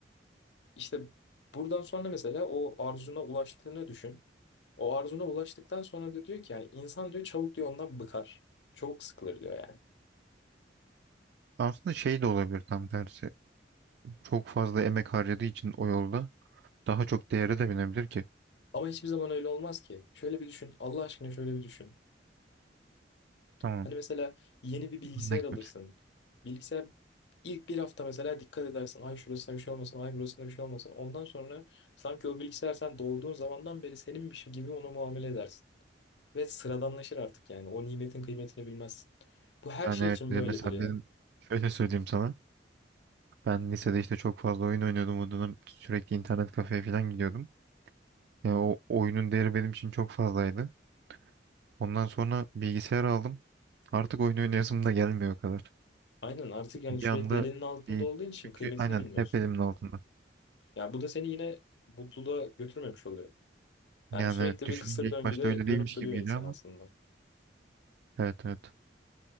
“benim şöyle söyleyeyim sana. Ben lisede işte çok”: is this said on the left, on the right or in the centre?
Right